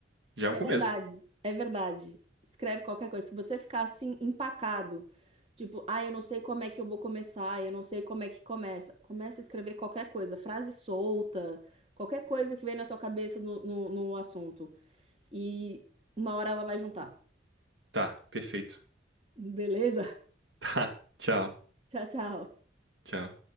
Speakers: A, on the right; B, on the right.
A: Já é um
B: É
A: começo.
B: verdade, é verdade. Escreve qualquer coisa. Se você ficar assim, empacado, tipo, ah, eu não sei como é que eu vou começar, eu não sei como é que começa. Começa a escrever qualquer coisa, frase solta, qualquer coisa que vem na tua cabeça no, no, no assunto. E uma hora ela vai juntar.
A: Tá, perfeito.
B: Beleza?
A: <laughs> Tchau,
B: <laughs> Tchau, tchau.
A: tchau.